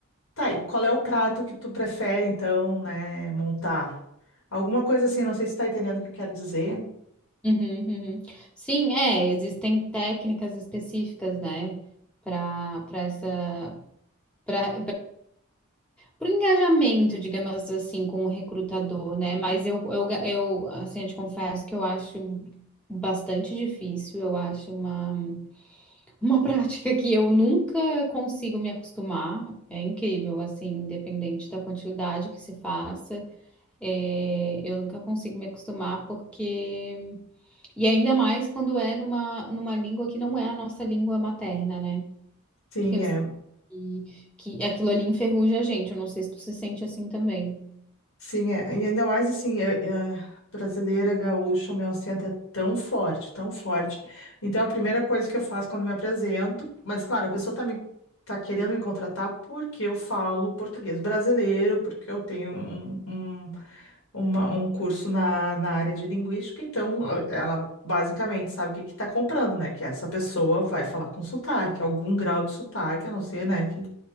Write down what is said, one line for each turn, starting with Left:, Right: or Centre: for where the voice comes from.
Left: tá, e qual é o prato que tu prefere, então, né, montar? Alguma coisa assim, não sei se tu tá entendendo o que eu quero dizer.
Centre: Uhum, uhum. Sim, é, existem técnicas específicas, né, para para essa, para por engajamento, digamos assim, com o recrutador, né? Mas eu, eu, eu, assim, eu te confesso que eu acho bastante difícil, eu acho uma, uma <laughs> prática que eu nunca consigo me acostumar, é incrível, assim, independente da quantidade que se faça, é, eu nunca consigo me acostumar porque, e ainda mais quando é numa, numa língua que não é a nossa língua materna, né?
Left: Sim,
Centre: Eu
Left: é.
Centre: sei que, que aquilo ali enferruja a gente, eu não sei se tu se sente assim também.
Left: Sim, é. E ainda mais assim, é, é, brasileira, gaúcha, o meu acento é tão forte, tão forte. Então, a primeira coisa que eu faço quando me apresento, mas claro, a pessoa tá me tá querendo me contratar porque eu falo português brasileiro, porque eu tenho um, um, uma- um curso na, na área de linguística, então a- ela basicamente sabe o que que tá comprando, né? Que essa pessoa vai falar com sotaque, algum grau de sotaque, a não ser, né, que,